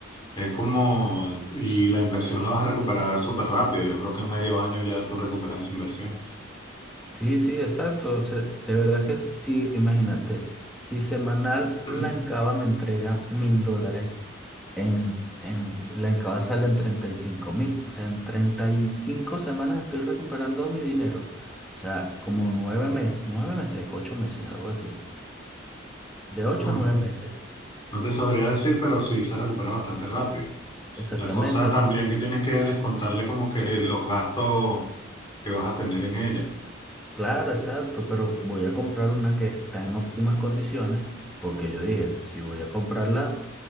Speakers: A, on the left (about 25°); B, in the centre.
A: Es como, y la inversión la vas a recuperar súper rápido. Yo creo que en medio año ya tú recuperas esa inversión.
B: Sí, sí, exacto, se- de verdad que sí, imagínate, si semanal
A: <clears throat>
B: la Encaba me entrega mil dólares. En, en, la entrada salen treinta y cinco mil. O sea, en 35 semanas estoy recuperando mi dinero. O sea, como nueve meses, nueve meses, ocho meses, algo así. De ocho
A: Cónchale,
B: a nueve meses.
A: No te sabría decir, pero sí se recupera bastante rápido.
B: Exactamente.
A: La cosa también que tienes que descontarle como que los gastos que vas a tener en ella.
B: Claro, exacto. Pero voy a comprar una que está en óptimas condiciones. Porque yo dije, si voy a comprarla